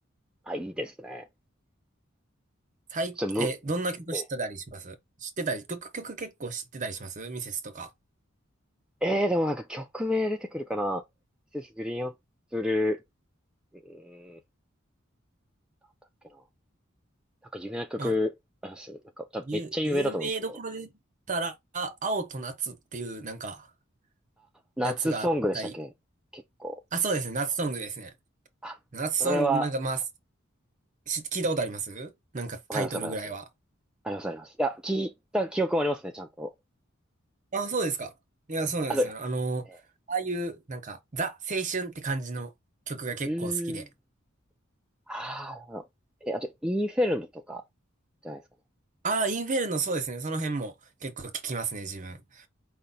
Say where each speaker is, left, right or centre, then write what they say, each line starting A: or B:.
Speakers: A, in the centre; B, on the right.
A: あ、いいですね。
B: 最、
A: ちょ、む、
B: え、どんな曲知ってたりします知ってたり、
A: ええ
B: 曲、曲結構知ってたりしますミセスとか。
A: ええでもなんか曲名出てくるかなミセスグリーンアップル。うーん、なんだっけな。なんか有名な曲、
B: まあ、
A: ありますなんか多分めっちゃ有名だと思うんですけど。
B: 有、有名どころで言ったら、青と夏っていう、なんか、
A: 夏ソングでしたっけ結構。
B: やつがあったり。あ、そうですね、夏ソングですね。
A: あ、
B: 夏ソング、
A: それは、
B: なんかまあ、知聞いたことありますなんかタイトルぐらいは。
A: わかりますわかります。ありますあります。いや、聞いた記憶もありますね、ちゃんと。
B: あ、そうですか。いや、そうなんですよ。
A: あと、
B: あの、
A: ええ
B: ああいう、なんか、ザ・青春って感じの曲が結構好きで。
A: うーん。ああ、なるほどえ、あと、イーフェルムとか、じゃないですかね。
B: ああ、インフェルノ、そうですね。その辺も結構聞きますね、自分。